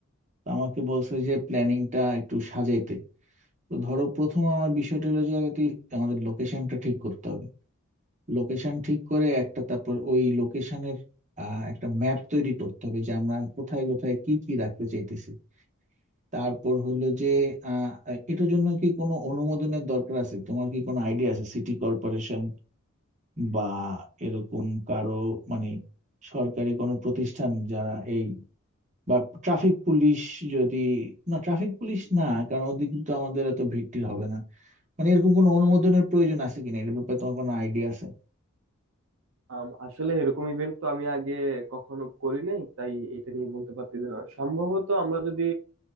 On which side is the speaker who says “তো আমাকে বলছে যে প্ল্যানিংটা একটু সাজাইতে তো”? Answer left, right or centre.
Right